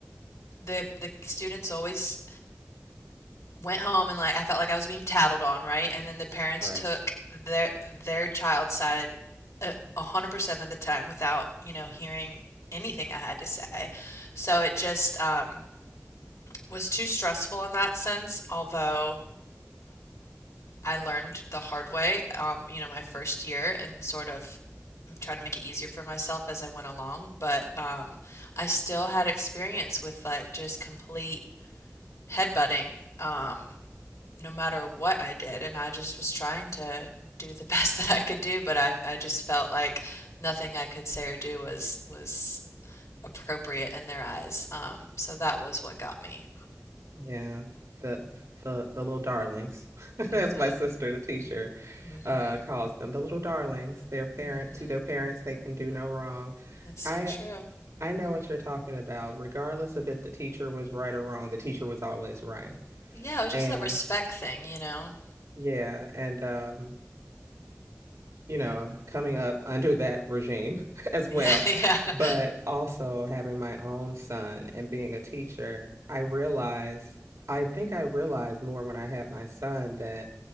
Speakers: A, on the left; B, on the right.
A: the the students always went home and like I felt like I was being tattled on, right? And then the parents
B: right.
A: took their their child's side a a hundred percent of the time without, you know, hearing anything I had to say. So it just um, was too stressful in that sense, although I learned the hard way, um, you know, my first year and sort of tried to make it easier for myself as I went along. But um, I still had experience with like just complete headbutting. Um, no matter what I did, and I just was trying to do the <laughs> best that I could do, but I I just felt like nothing I could say or do was was appropriate in their eyes. Um, so that was what got me.
B: Yeah. The, the the little darlings, <laughs> That's
A: Mm-hmm.
B: my sister, the teacher,
A: Mm-hmm.
B: uh, calls them, the little darlings. Their parent
A: Mm-hmm.
B: to their parents, they can do no wrong.
A: That's so
B: I
A: true.
B: I know what you're talking about. Regardless of if the teacher was right or wrong, the teacher was always right.
A: Yeah, it was
B: And
A: just a respect thing, you know.
B: yeah, and um, you know, coming up under that regime <laughs> as well,
A: Yeah, <laughs> yeah.
B: but also having my own son and being a teacher, I realized, I think I realized more when I had my son that,